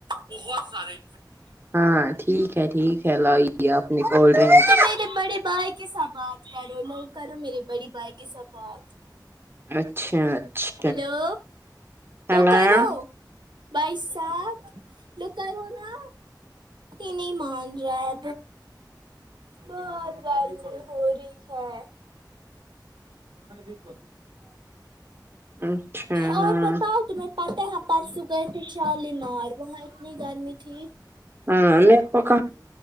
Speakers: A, on the right; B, on the right.
A: بہت سارے
B: ہاں ٹھیک ہے ٹھیک ہے لائیے آپ نے کولڈ ڈرنک
A: میرے بڑے بھائی کے سات بات کرو لوگ کرو میرے بڑی بھائی کے سات بات
B: اچھا اچھا
A: ہیلو
B: ہلو
A: توکارو بائیس سخ تو کرونا یہ نہیں مان رہا ہے بہت گار ہو رہی ہے ہ بھییک کر
B: اچھا
A: اور
B: ہاں
A: بتاؤ تمہیں پت ہے پرسوں گئے تھے شالیمار وہاں اتنی گرمی تھی
B: ہاں م میںو